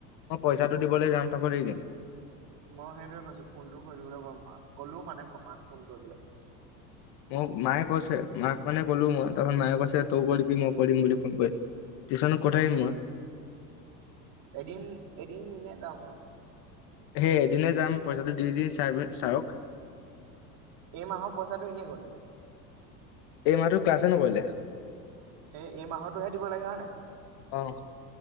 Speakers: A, on the left; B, on the right.
A: পইচাটো দিবলৈ যাম তাকো দি দিম <unintelligible>
B: মই সেইটোৱে কৈছো ফোনটো কৰিদিবলৈ কম মাক ক'লোও মানে মাক ফোন কৰিবলে <unintelligible>
A: মোক মায়ে কৈছে মাক মানে কলো মই তাৰপত মায়ে কৈছে তই কৰিবি মই কৰিম বুলি ফোন কৰি টিউচনত ক'ত
B: উম
A: আহিম
B: উম
A: মই
B: এদিন এদিন মানে যাম আও
A: হেই এদিনে যাম পইচাটো দি দি চাৰক
B: এই মাহৰ পইচাটো এনেই গল
A: এই মাহটো ক্লাছে নকৰিলে
B: সেই এই মাহতোহে দিব লাগে হয় নাই
A: অ